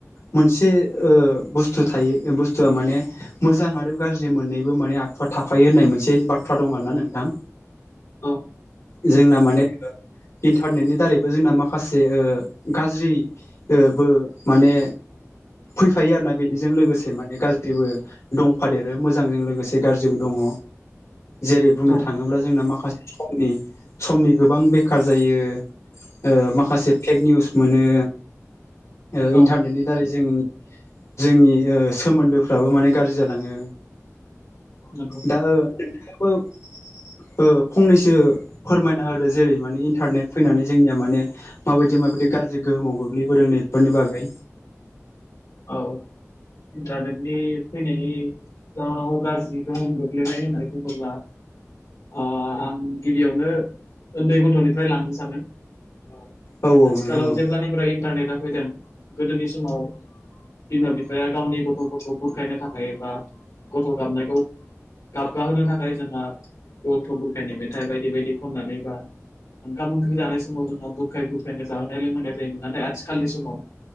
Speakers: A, on the left; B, on the left.
A: मोनसे ओ बुस्थु थायो बुस्थुआ माने मोजां आरो गाज्रि मोननैबो माने आखुआ थाफायो होननाय मोनसे बा थ्रा दं आरोना नोंथां।
B: औ
A: जोंना माने ओ इन्टारनेटनि दारैबो जोंना माखासे ओ गाज्रि ओ बो माने फैफायो आर ना बेनिजों लोगोसे माने गा ज्रिबो दंफादेरो मोजांजों लोगोसे गाज्रिबो दङ। जेरै बुंनो
B: नंगौ
A: थाङोब्ला जोंना माखासे समनि समनि गोबां बेखार जायो ओ माखासे फेक निउस मोनो ओ इन्टारनेटनि
B: औ
A: दारै जों जोंनि ओ सोमोन्दोफ्राबो माने गाज्रि जालाङो
B: नंगौ
A: दा ओ नोंथाङाबो ओ फंनैसो फोरमायना होदो जेरै माने इन्टारनेट फैनानै जोंनिया माने माबायदि माबायदि गाज्रि गोहोमाव गोग्लैबोदों नै बेफोरनि बागै।
B: औ इन्टारनेटनि फैनायनि जाउनाव गाज्रिनिफ्राय गोगलैनाय होननानै बुङोब्ला ओ आं गिबियावनो उन्दै गथ'निफ्राय लांनो सानदों
A: औ औ
B: आथिखालाव
A: नोंथां औ
B: जेब्लानिफ्राय इन्टारनेटआ फैदों गोदोनि समाव बिमा बिफाया गावनि गथ' गथ बुरखायनो थाखायबा गथ' गाबनायखौ गाबगाहोनो थाखाय जोंहा गथ' बुरखनि मेथाइ बायदि बायदि खननानै बा ओंखाम ओंख्रि जानाय समाव जोंहा बुरखाय बुरखायनो जाहोनाय लोंहायनाय जायोन नाथाय आथिखालनि समाव